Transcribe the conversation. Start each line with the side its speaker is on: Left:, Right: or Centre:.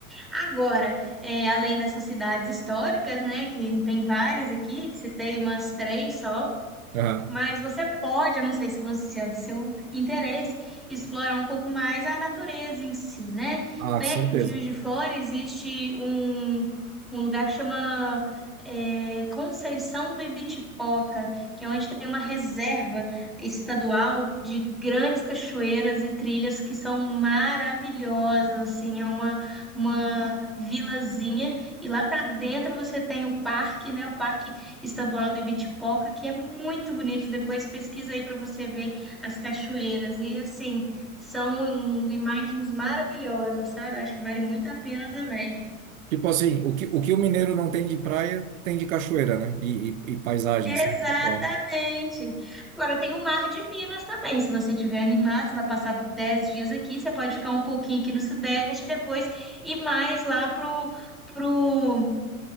Centre: Agora, é, além dessas cidades históricas, né, que tem várias aqui, que citei umas três só,
Right: Aham.
Centre: mas você pode, eu não sei se você se é do seu interesse, explorar um pouco mais a natureza em si, né?
Right: Ah,
Centre: Perto
Right: certeza.
Centre: de Juiz de Fora existe um, um lugar que chama eh, Conceição do Ibitipoca, que é onde tem uma reserva estadual de grandes cachoeiras e trilhas que são maravilhosas, assim, é uma, uma vilazinha, e lá para dentro você tem o parque, né? O parque estadual de Bitipoca, que é muito bonito. Depois pesquisa aí para você ver as cachoeiras. E assim, são imagens maravilhosas, sabe? Acho que vale muito a pena também. <laughs>
Right: Tipo assim, o que, o que o mineiro não tem de praia, tem de cachoeira, né? E, e, e paisagem,
Centre: Exatamente.
Right: assim, natural. né?
Centre: Agora tem o Mar de Minas também. Se você estiver animado, você vai passar 10 dias aqui, você pode ficar um pouquinho aqui no Sudeste, depois ir mais lá pro, pro